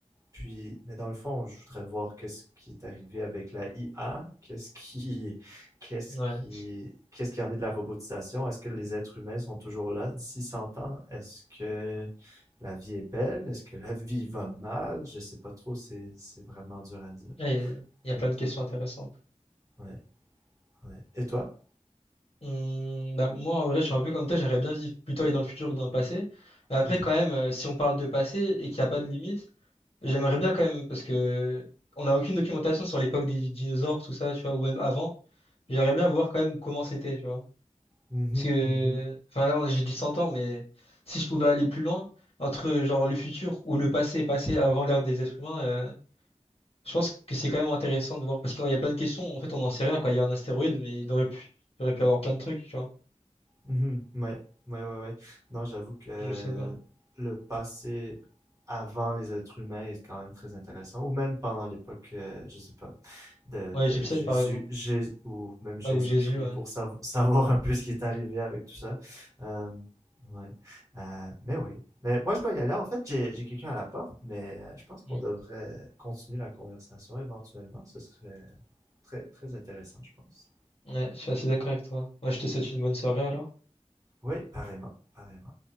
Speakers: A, on the right; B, on the left.
A: puis, mais dans le fond, je voudrais voir qu'est-ce qui est arrivé avec la IA, qu'est-ce qui, <laughs> qu'est-ce
B: Ouais.
A: qui, qu'est-ce qui en est de la robotisation? Est-ce que les êtres humains sont toujours là d'ici 100 ans? Est-ce que la vie est belle? Est-ce que la <laughs> vie va mal? Je sais pas trop, c'est, c'est vraiment dur à dire.
B: Ah, Il y a
A: Ouais,
B: plein de questions intéressantes.
A: ouais, ouais. Et toi?
B: Hum, bah, moi, en vrai, je suis un peu comme toi, j'aimerais bien vivre plutôt aller dans le futur que dans le passé. Mais après,
A: Mhm,
B: quand même, euh, si on parle de passé et qu'il n'y a pas de limite, J'aimerais bien quand même, parce que on n'a aucune documentation sur l'époque des dinosaures, tout ça, tu vois, ou même avant. J'aimerais bien voir quand même comment c'était, tu vois.
A: mhm,
B: Parce que,
A: mhm.
B: enfin là, on- j'ai dit 100 ans, mais si je pouvais aller plus loin, entre genre le futur ou le passé, passé avant l'ère des êtres humains, euh, je pense que c'est quand même intéressant de voir, parce qu'il y a plein de questions, en fait, on n'en sait rien, quoi. Il y a un astéroïde, mais il aurait pu, il aurait pu avoir plein de trucs, tu vois.
A: Mhm. Ouais, ouais, ouais, ouais. Non, j'avoue que
B: Je sais pas.
A: le passé avant les êtres humains est quand même très intéressant, ou même pendant l'époque, euh, je sais pas, de,
B: Ouais,
A: de
B: Gibson,
A: Jésus,
B: par exemple.
A: Jé- ou même Jésus-Christ,
B: Ouais, ou Jésus, ouais.
A: pour sav- <laughs> savoir un peu ce qui est arrivé avec tout ça. Euh, ouais. Euh, mais oui. Mais moi, je dois y aller. En fait, j'ai j'ai quelqu'un à la porte, mais euh, je pense qu'on
B: Mm.
A: devrait continuer la conversation éventuellement. Ce serait très, très intéressant, je pense.
B: Ouais, je suis assez d'accord avec toi. Ouais, je te souhaite une bonne soirée, alors.
A: Oui, pareillement, pareillement.